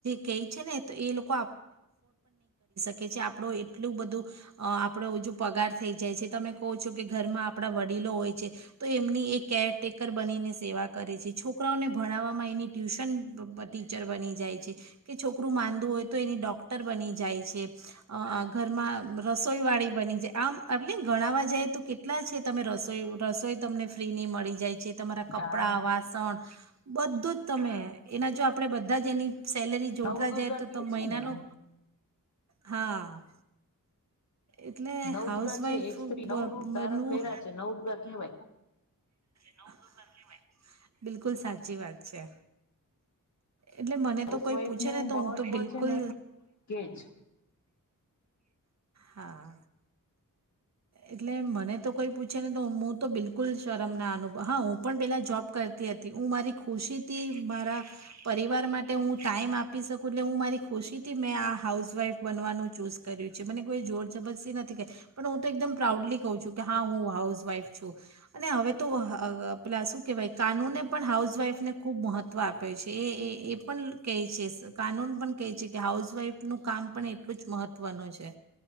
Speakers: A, on the right; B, on the left.
A: કહે છે ને તો એ લોકો. કે છે આપણો એટલું બધું આપણો જો પગાર થઈ જાય છે તમે કહો છો કે ઘરમાં આપણા વડીલો હોય છે તો એમની એ કેરટેકર બનીને સેવા કરે છે છોકરાઓને ભણાવવામાં એની ટ્યુશન ટીચર બની જાય છે કે છોકરું માંંદું હોય તો એની ડૉ. ડૉક્ટર બની જાય છે ઘરમાં રસોઈવાળી બની જાય આમ એટલે ગણાવવા જાય તો કેટલા છે તમે રસો રસોઈ. તમને ફ્રીની મળી જાય છે તમારા
B: હા
A: કપડાં વાસણ. બધું જ તમે એના જો આપડે બધું. બધા જ એની સેલરી જોડતા
B: નવદુર્ગા
A: જાય તો
B: કે
A: તો
B: છે
A: મહિનાનો.
B: ને
A: હા. એટલે
B: નવદગા
A: હાઉસવાઈફ
B: છે એક સ્ત્રી
A: બનવું
B: નવ રૂપ ધારણ કર્યા છે નવદગા કેહેવાય.
A: હું બ. બિલકુલ સાચી વાત છે. એટલે મને
B: હાઉસવાઈફ
A: તો કોઈ પૂછે
B: નું
A: ને તો
B: મહત્વ
A: હું તો બિલકુલ
B: છે ને કે જ
A: હા. એટલે મને તો કોઈ પૂછે ને તો હું તો બિલકુલ શરમ ના અનુભવ હા હું પણ પેલા જોબ કરતી હતી. હું મારી ખુશીથી મારા પરિવાર પરિવાર માટે હું ટાઈમ આપી શકું એટલે હું મારી ખુશીથી મેં આ હાઉસવાઇફ બનવાનું ચૂઝ કર્યું છે મને કોઈ જોર જબરસ્તી નથી કરી, પણ હું તો એકદમ પ્રાઉડલી કઉ છું કે હા હું હાઉસવાઈફ છું, અને હવે તો પેલા શું કેહેવાય કાનૂને પણ હાઉસવાઈફને ખૂબ મહત્વ આપે છે એ એ પણ કહે છે કાનૂન પણ કહે છે કે હાઉસવાઈફનું કામ પણ એટલું જ મહત્વનું છે.